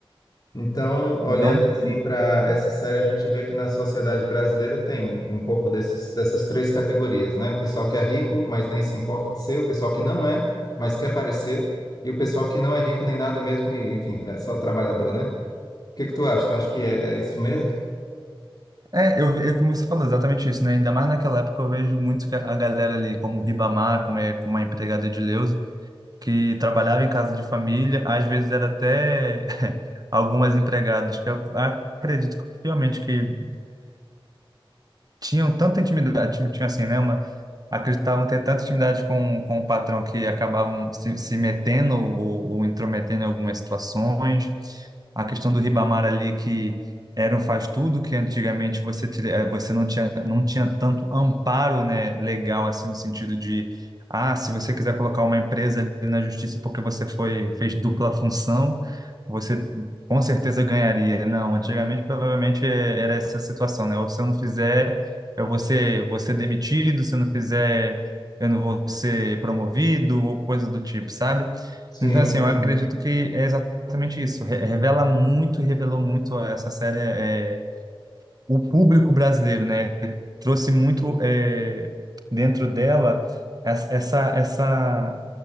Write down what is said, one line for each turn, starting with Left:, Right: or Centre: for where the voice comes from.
Left: Então, olhando
Right: não
Left: assim
Right: de-
Left: para essa série, a gente vê que na sociedade brasileira tem um pouco desses, dessas três categorias, né? O pessoal que é rico, mas nem se importa de ser, o pessoal que não é, mas quer parecer, e o pessoal que não é rico nem nada mesmo, e, enfim, é só trabalhador, né? O que é que tu acha? Tu acha que é, é isso mesmo?
Right: é, eu, eu, como você falou, exatamente isso, né? Ainda mais naquela época eu vejo muito que a a galera ali, como o Ribamar, como, é, como a empregada de que trabalhava em casa de família, às vezes era até <laughs> algumas empregadas que eu acredito que, realmente que tinham tanta intimidade, tinha tinha assim, né, uma, acreditavam ter tanta intimidade com, com o patrão que acabavam se, se metendo ou, ou intrometendo em algumas situações. A questão do Ribamar ali que era um faz-tudo, que antigamente você, tira- eh, você não tinha, não tinha tanto amparo, né, legal, assim, no sentido de, ah, se você quiser colocar uma empresa ali na justiça porque você foi, fez dupla função, você com certeza ganharia. Não, antigamente provavelmente eh, era essa situação, né? Ou se eu não fizer, eu vou ser, vou ser demitido, se eu não fizer, eu não vou ser promovido, ou coisa do tipo, sabe?
Left: Sim,
Right: Então, assim, eu acredito
Left: sim,
Right: que é exatamente isso. Re- Revela muito, revelou muito essa série. é, é o público brasileiro, né? Trouxe muito eh, dentro dela es- essa, essa